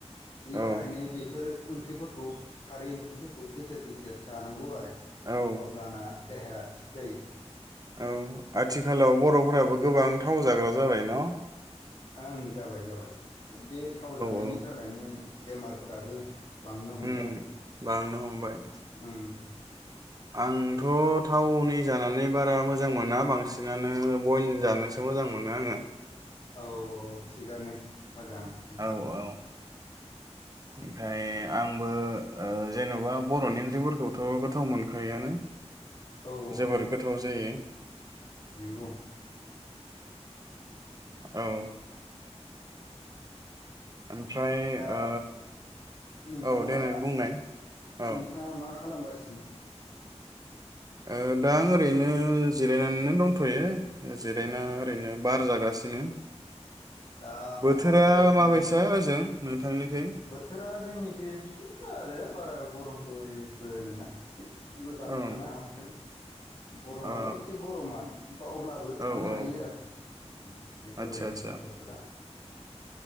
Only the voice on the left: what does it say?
बिनि
थाखायनो बेफोर ओंख्रिफोरखौ खारै ओंख्रिफोरखौ गेजेर गेजेर जानांगौ आरो
अब्लाना देहाया थिग जायो
ओं जाबाय जाबाय बे थाव जानायनि
थाखायनो बेमारफोराबो बांनो हमबाय
।
ओं
औ औ थिगआनो मोजां ओं
।
ओम
नंगौ
दा
नोंथांङा
नोंथांङा मा खालामगासिनो? सिनो
औ
दा
अबेबाफोर थां
बोथोरा जोंनिखि बिदिनो आरो बारा गरम बयबो नङा एसे मोजां
थानो हाथथाय <unintelligible> गरमालाय
एसे गरमानो । बा अब्लाबो
थानो
हायो आरो उम्म बेफोरबायदिनो
बोथोरा ।